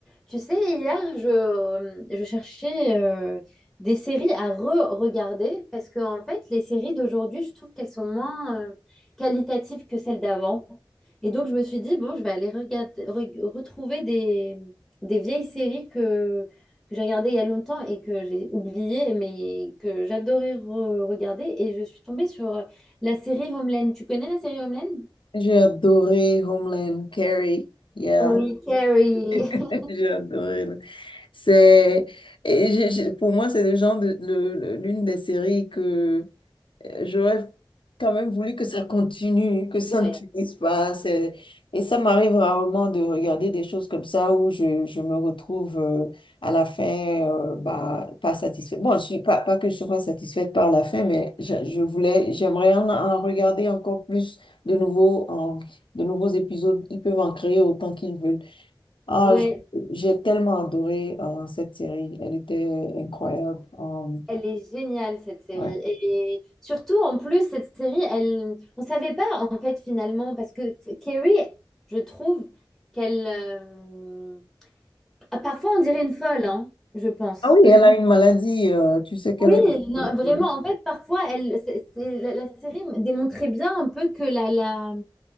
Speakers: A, in the centre; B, on the left.
A: Tu sais, hier, je, je cherchais euh, des séries à re-regarder parce que, en fait, les séries d'aujourd'hui, je trouve qu'elles sont moins euh, qualitatives que celles d'avant. Et donc, je me suis dit, bon, je vais aller regarder, re- retrouver des, des vieilles séries que, que j'ai regardées il y a longtemps et que j'ai oubliées, mais que j'adorais re- regarder. Et je suis tombée sur euh, la série Homeland. Tu connais la série Homeland?
B: J'ai adoré Homeland, Carrie. Yeah,
A: Oui, Carrie.
B: <laughs>
A: <laughs>
B: j'ai adoré. là. C'est, et j'ai- j'ai- pour moi, c'est le genre de, le- le- l'une des séries que, J'aurais quand même voulu que ça continue, que ça ne
A: Ouais.
B: finisse pas. C'est- Et ça m'arrive rarement de regarder des choses comme ça où je, je me retrouve euh, à la fin euh, bah, pas satisfaite. Bon, je suis pas, pas que je sois pas satisfaite par la fin, mais je, je voulais, j'aimerais en, en regarder encore plus de nouveaux, en- de nouveaux épisodes. Ils peuvent en créer autant qu'ils veulent. Ah,
A: Ouais,
B: j- j'ai tellement adoré euh, cette série. Elle était incroyable. Euh,
A: Elle est géniale cette série
B: ouais.
A: et surtout en plus cette série elle on ne savait pas en fait finalement parce que Carrie je trouve qu'elle euh, ah, parfois on dirait une folle hein, je pense.
B: Ah oui,
A: <laughs>
B: elle a une maladie, euh, tu sais qu'elle
A: Oui,
B: est...
A: non,
B: Mhm.
A: vraiment en fait parfois elle c'est- c'est- la, la série démontrait bien un peu que la la